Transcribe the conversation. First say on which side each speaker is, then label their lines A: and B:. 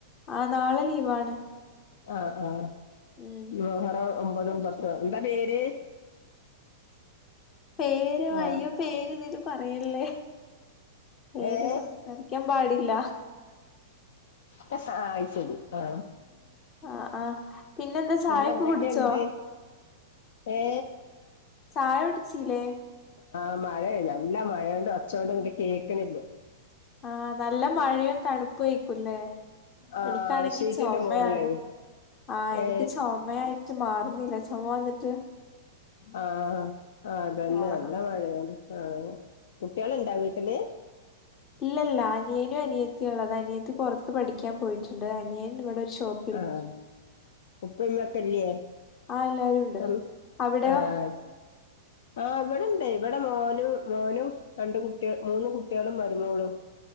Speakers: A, on the left (about 30°); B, on the left (about 65°).
A: ആഹ് നാളെ ലീവാണ്.
B: ആഹ്, ആഹ്
A: ഉം
B: മോഹറോ ഒമ്പതുംപത്തും എന്താ പേര്?
A: പേര്
B: ആ
A: അയ്യോ പേര്തില് പറയല്ലേ പേര്
B: ഏ
A: സംസാരിക്കാൻ പാടില്ല.
B: പ സാ അയ്ശേരി ആ.
A: ആ ആഹ്. പിന്നെന്താ ചായൊക്കെ
B: പിന്ന എന്തൊക്കെണ്ട്?
A: കുടിച്ചോ
B: ഏ
A: ചായ കുടിച്ചില്ലേ
B: ആഹ് മഴേ നല്ല മഴേണ്ട് ഒച്ചെന്നും കിട്ടേയക്കണില്ല.
A: ആഹ് നല്ല മഴേം തണുപ്പു ആയിക്കൂലേ
B: ആ
A: എനിക്കാണെങ്കി
B: ഷീറ്റിന്റെ
A: ചൊമയാണ്.
B: മോളിലേ
A: ആഹ് എനിക്ക്
B: ഏ
A: ചൊമയായിട്ട് മാറുന്നില്ല ചുമ വന്നിട്ട്.
B: ആഹ് അതന്നെ
A: ആഹ്
B: നല്ല
A: ആഹ്
B: മഴയാണ്. ആഹ് കുട്ട്യളുണ്ടാ വീട്ടില്.
A: ഇല്ലല്ല അനിയനും അനിയത്തിയഉള്ളത് അനിയത്തി പൊറ ത്ത് പഠിക്കാൻ പോയിട്ടുണ്ട്. അനിയൻ ഇവിടെ ഒരു ഷോപ്പ്
B: ആഹ് ഉപ്പമ്മെക്കല്യേ
A: ആഹ് എല്ലാരും ഉണ്ട്
B: ആഹ്
A: അവിടെയോ
B: അയ് അഹ് ഇവിടെണ്ട് ഇവിടെ മോനും മോനും രണ്ട് കുട്ടിക മൂന്ന് കുട്ട്യളും മരുമോളും.